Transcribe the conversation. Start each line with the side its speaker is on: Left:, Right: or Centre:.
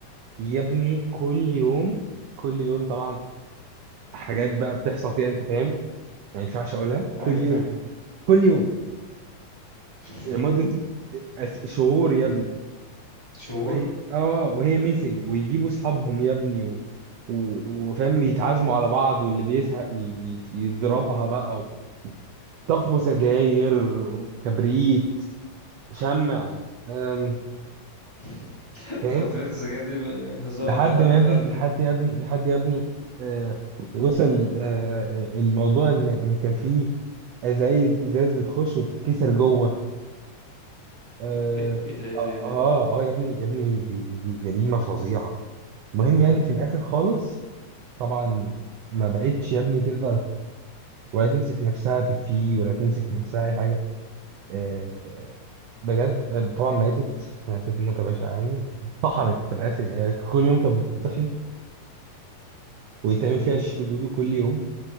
Right: يا ابني كل يوم كل يوم طبعا حاجات بقى بتحصل فيها انت فاهم ما ينفعش اقولها كل
Left: ايوه
Right: يوم
Left: فاهم
Right: كل يوم
Left: <laughs>
Right: لمده أس- شهور يا ابني
Left: شهور
Right: وهي اه وهي ميسنج ويجيبوا اصحابهم يا ابني و... و... وفاهم يتعازموا على بعض واللي بيزهق ي... ي- يضربها بقى و... طفوا سجاير كبريت شمع أم،
Left: <laughs>
Right: فاهم
Left: طب فين السجاير دي هزار
Right: لحد
Left: لا ده
Right: ما يا ابني
Left: طلع
Right: لحد
Left: بجد
Right: يا ابني لحد يا ابني آه، وصل آه، الموضوع ان ان كان في ازايز ازاز بتخش وتتكسر جوه اه
Left: طب كده ايه ده ايه ده
Right: اه
Left: ايه ده
Right: آه، آه، يا ابني يا ابني دي دي, دي جريمه فظيعه المهم يعني في الاخر خالص طبعا ما بقتش يا ابني تقدر ولا تمسك نفسها بيبي ولا تمسك نفسها اي حاجه آه، بجد آه، طبعا ماتت ماتت موتة بشعة يعني طحنت في الآخر يعني كل يوم كانت بتطحن ويتعمل
Left: مم.
Right: فيها شيكو دودو كل يوم